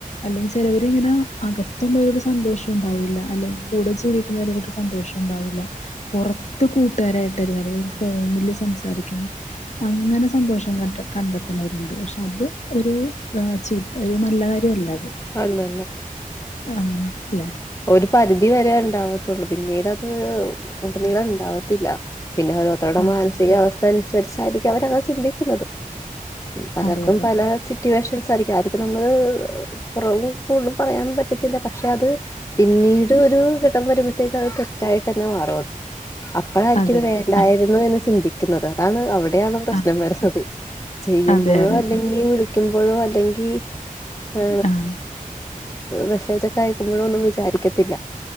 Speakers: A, on the left (about 50°); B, on the left (about 20°).
A: അല്ലെങ്കിൽ ചിലവരി ഇങ്ങനെ അകത്ത് അകത്തള്ളവരോട് സന്തോഷം ഉണ്ടാവില്ല അല്ലെങ്കിൽ കൂടെ ജീവിക്കുന്നവര കൂടെ സന്തോഷം ഉണ്ടാവില്ല പുറത്ത് കൂട്ടുകാരായിട്ട അറ ഫോണില് സംസാരിക്കണം അങ്ങനെ സന്തോഷം കണ്ട കണ്ടെത്തണവരുണ്ട് പക്ഷെ അത് ഒരു ചീത്ത ഒരു നല്ല കാര്യമല്ല അത്
B: അല്ലല്ല
A: ആ അല്ല
B: ഒരു പരിധി വര ഉണ്ടാവത്തുള്ളൂ പിന്നീടത് അത് ഉടനീളം ഉണ്ടാവ ത്തില്ല പിന്നെ ഓരോരുത്തരുടെ
A: ആഹ്
B: മാനസികാവസ്ഥനുസ നുസരിച്ചാരിക്കും അവരത് ചിന്തിക്കുന്നത് പലർക്കും
A: അതെ അതെ
B: പല സിറ്റുവേഷൻസാരിക്കും ആരി- െ നമ്മള് കുറവും കൂടുതലും പറയാനൻ പറ്റത്തില്ല പക്ഷെ അത് പിന്നീട് ഒരു കിടം വരുമ്പോഴത്തേക്ക പിന്നീട് ഒരു ഇടം വരുമ്പോഴ്തെക്കു അത് തെറ്റായിട്ട് തന്നെ മാറുംഅത് അപ്പോഴായിരിക്ക
A: അതെ
B: ഇത്
A: അതെ
B: വേണ്ടായിരുന്നു
A: ആഹ്
B: എന്ന് ചിന്തിക്ക ുന്നത് അതാണ്വി <unintelligible> പ്രശ്നം
A: ആഹ്
B: വരുന്നത് ചെയ്യുമ്പോഴോ
A: അതെ അതെ
B: അല്ലെങ്കിൽ വിളിക്ക്പോഴോ ങ്കി ആ
A: ആഹ്
B: മെസ്സേജ ഒക്കെ അയക്കുമ്പോഴൊന്നും വിചാരിക്കത്തില്ല